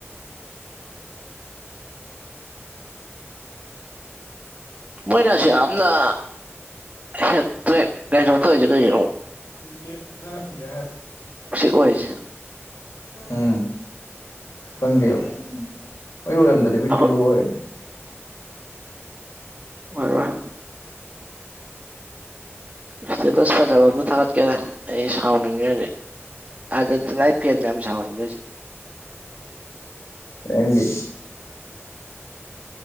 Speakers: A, on the right; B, on the left.
A: ꯃꯣꯏꯅꯁꯤ ꯑꯝꯅ ꯑꯦꯠꯇ ꯀꯩꯅ ꯇꯖ ꯀꯣ
B: ꯇꯤꯞ ꯗꯥꯔꯣ ꯖꯍ
A: ꯑꯣꯏꯔꯤꯁꯦ
B: ꯎꯝ ꯈꯪꯗꯦꯕ ꯑꯣꯏ ꯂꯣꯏꯔꯝꯗꯗꯤ ꯑꯈꯣꯏꯖꯨ
A: ꯑꯩꯈꯣꯏ
B: ꯀꯩꯁꯨ ꯑꯣꯏꯔꯗ
A: ꯑꯣꯏꯔꯣꯏ ꯏꯁꯇꯦꯇꯁ ꯐꯖꯕ ꯑꯝꯇ ꯊꯥꯒꯠꯀꯦꯅ ꯑꯩ ꯁꯥꯎꯅꯤꯡꯉꯦ ꯍꯣꯖꯤ ꯑꯗꯖꯦꯇꯤꯅꯥꯏ ꯐꯦꯟ ꯃꯌꯥꯝ ꯁꯥꯥꯎꯍꯟꯒꯦ ꯍꯣꯖꯤꯛ
B: ꯗꯌꯦꯟꯒꯦ